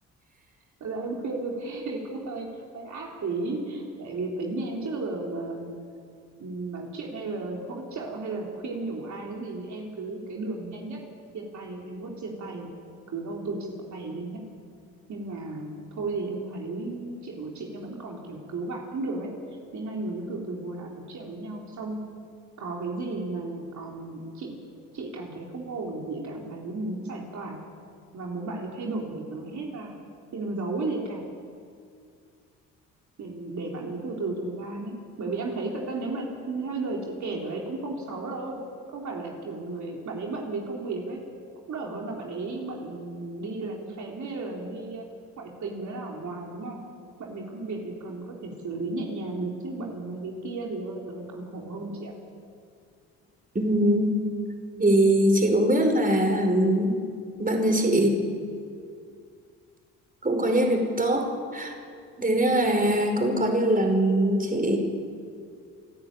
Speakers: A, on the right; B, on the right.
A: thật ra em khuyên như thế thì cũng hơi hơi ác tí tại vì tính nhà em trước giờ mà ừm, nói chuyện hay là hỗ trợ hay là khuyên nhủ ai cái gì em cứ cái đường nhanh nhất chia tay em vote chia tay cứ auto chia tay nhanh nhất nhưng mà thôi thì em thấy chuyện của chị nó vẫn còn kiểu cứu vãn được ấy nên hai người cứ từ từ ngồi lại nói chuyện với nhau xong có cái gì mà còn chị chị cảm thấy không ổn chị cảm thấy muốn giải tỏa và muốn bạn ấy thay đổi chị cứ nói hết ra chị đừng giấu cái gì cả để để bạn ấy từ từ thời gian ấy bởi vì em thấy thật ra nếu mà theo lời chị kể là bạn ấy cũng không xấu đâu không phải là kiểu người bạn ấy bận vì công việc ấy cũng đỡ hơn là bạn ấy bận đi lén phén hay là đi ờ, ngoại tình với là ở ngoài đúng không bận vì công việc thì còn có thể xử lý nhẹ nhàng được chứ bận mấy cái kia thì ôi giời ơi, còn khổ hơn chị ạ
B: Ừm, thì chị cũng biết là bạn nhà chị cũng có nhiều điểm tốt thế nên là cũng có nhiều lần chị